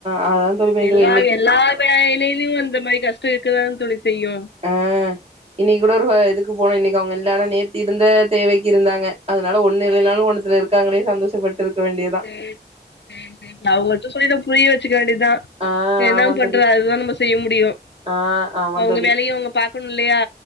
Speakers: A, on the right; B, on the left.
A: அதா தோழி பண்ணிட்டு
B: எல்லா
A: இருக்க இன்னைக்கு
B: எல்லா வேலையிலும் இந்த மாதிரி கஷ் கேக்க தான் தோழி செய்யு
A: உம் இன்னைக்கு கூட ஒரு இதுக்கு போனும் இன்னைக்கு அவுங்க இல்லாம நேத்தி இருந்த தேவைக்கு இருந்தாங்க அதனால ஒன்னு இல்லனாலும் ஒன்னுத்துல இருக்காங்களேன்னு சந்தோஷப்பட்டு இருக்க வேண்டியதா
B: உம் உம் உஹம் அத மட்டும் சொல்லிடாதி புரிய வச்சு வேண்டி தான்
A: ஆ
B: என்ன
A: ஆமா
B: பண்றது
A: தோழி
B: அதுதான் நம்ம செய்ய முடியும்
A: ஆ ஆமா
B: அவுங்க
A: தோழி
B: வேலையும் அவுங்க பாக்கணும் இல்லையா